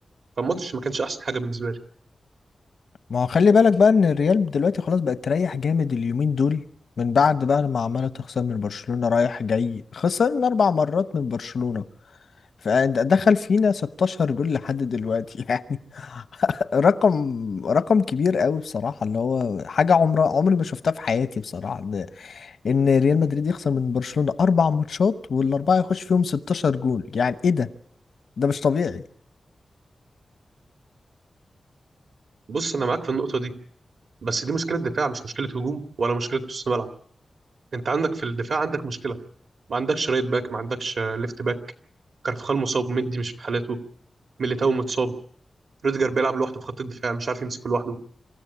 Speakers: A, on the right; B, on the left.
A: فالماتش ما كانش احسن حاجه بالنسبه لي.
B: ما هو خلي بالك بقى ان الريال دلوقتي خلاص بقت تريح جامد اليومين دول من بعد بقى لما عماله تخسر من برشلونة رايح جاي خسرنا اربع مرات من برشلونة فدخل فينا 16 جول لحد دلوقتي <laughs> يعني رقم رقم كبير قوي بصراحة اللي هو حاجة عمر عمري ما شفتها في حياتي بصراحة ان ان ريال مدريد يخسر من برشلونة اربع ماتشات والاربعة يخش فيهم 16 جول يعني ايه ده ده مش طبيعي
A: بص انا معاك في النقطه دي، بس دي مشكله دفاع مش مشكله هجوم ولا مشكله نص ملعب، انت عندك في الدفاع عندك مشكله، ما عندكش رايت باك، ما عندكش آه، ليفت باك، كارفخال مصاب، مندي مش في حالاته، ميليتاو متصاب، روديجر بيلعب لوحده في خط الدفاع مش عارف يمسك لوحده،